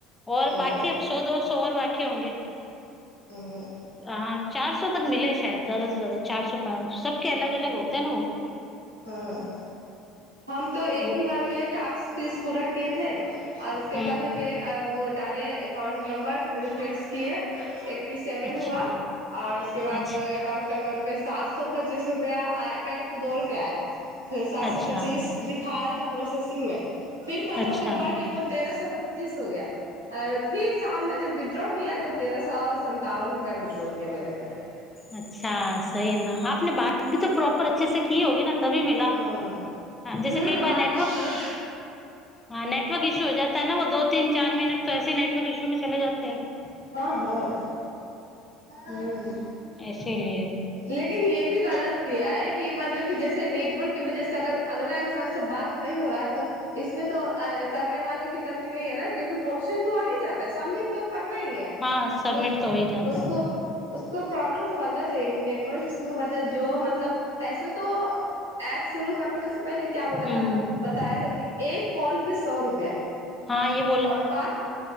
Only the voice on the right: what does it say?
ओ
ह।
हँ हम तो एक
ही बार मे ास्क पीस पूरा कए। <unintelligible> े आर उसके
कलके व डाले एककाउंट नम्बर रिफ्रेश किए। <unintelligible> एट्टी सेवन
हुआ आओर उसके बाद
कन <unintelligible> एकाउंट नंबर पे सात सै पच्चीस रुपआ पहिले त सै रुपआ आय फेर सात
सए <unintelligible> दिखा रहा था प्रोसेसिंग में फिर कल
होके बढ़ के वो तेरह सए पच्चीस हो गया <unintelligible> आ फिर शाममे जब विड्रॉ किया तऽ तेरह सै सन्तावन रुपआ विडो‌‌ मेर पास <unintelligible>
हाँ
ह
बात
तो की है
हँ हँ हुं।
लेकिन ये भी गलत किया है कि मतलब कि जैसे नेटवर्क के वजह से अगर अगला इन्सान से बात <unintelligible> नहि हो रहा है तो इसमे तो अगले वालो की गलती नहि है न कि <unintelligible> क्वेश्चन तो आ ही जाता है सबमिट त करना ही है
त
उसको
<unintelligible> उसको प्रॉब्लम से बढ़ना चाहिए कि नेटवर्क इसकू मतलब जो मतलब <unintelligible> ऐसे तो <unintelligible> ऐप शुरू करने से पहिले क्या बोलाथा
बताया कि एक कॉल पे सौ रुपआ <unintelligible>
और बात